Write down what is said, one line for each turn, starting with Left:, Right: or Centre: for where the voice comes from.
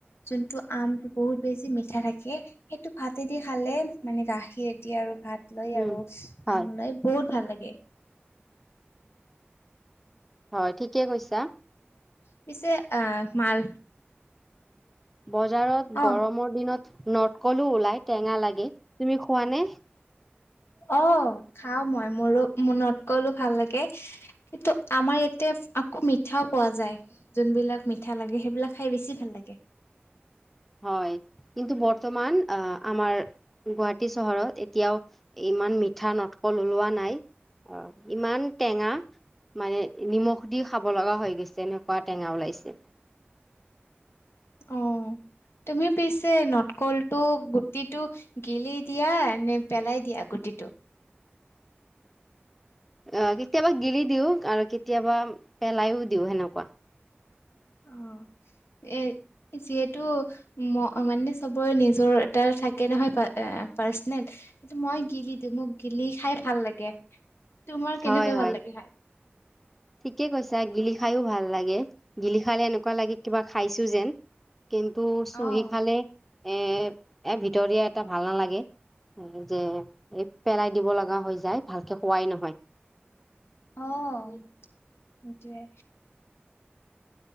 Left: যোনটো আমটো বহুত বেছি মিঠা থাকে, সেইটো ভাতেদি খালে মানে গাখিৰেদি আৰু ভাত, লৈ
Centre: উম,
Left: আৰু
Centre: হয়।
Left: আম লাই, ভাল লাগে।
Centre: হয় ঠিকে কৈছা।
Left: পিছে আহ, মাল,
Centre: বজাৰত গৰমৰ
Left: অ
Centre: দিনত নটকলো ওলাই টেঙা লাগে তুমি খোৱা নে?
Left: অহ, খাও মই মোৰো নটকলো ভাল লাগে। কিন্তু আমাৰ ইয়াতে আকৌ মিঠাও পোৱা যায়, যোনবিলাক মিঠা লাগে সেইবিলাক খাই বেছি ভাল লাগে।
Centre: হয়, কিন্তু বৰ্তমান আহ, আমাৰ গুৱাহাটী চহৰত, তেতিয়াও ইমান মিঠা নটকল ওলোৱা নাই অ', ইমান টেঙা । মানে নিমখ দি, খাব লগা হৈ গৈছে, এনেকুৱা টেঙা ওলাইছে।
Left: অহ, তুমি পিছে নটকলটো গুটিটো গিলি দিয়া নে, পেলাই দিয়া গুটিটো?
Centre: আহ, কেতিয়াবা গিলি দিও আৰু কেতিয়াবা পেলাইও দিও সেনেকুৱা।
Left: অহ, এ, যিহেতু মানে চবৰে নিজৰ এটা থাকে নহয় প- পাৰ্চনেল সেতু মই গিলি দিও মোক গিলি খাই ভাল লাগে। তোমাৰ
Centre: হয়,
Left: কেনেকুৱা
Centre: হয়।
Left: ভাল লাগে খাই?
Centre: ঠিকে কৈছা গিলি খাইয়ো ভাল লাগে। গিলি খালে এনেকুৱা লাগে কিবা খাইছো যেন। কিন্তু চুহি
Left: অ',
Centre: খালে, এ, ভিতৰীয়া এটা ভাল নালাগে যে এই পেলাই দিব লগা হৈ যায় ভালকৈ খোৱাই নহয়।
Left: অ এটোৱে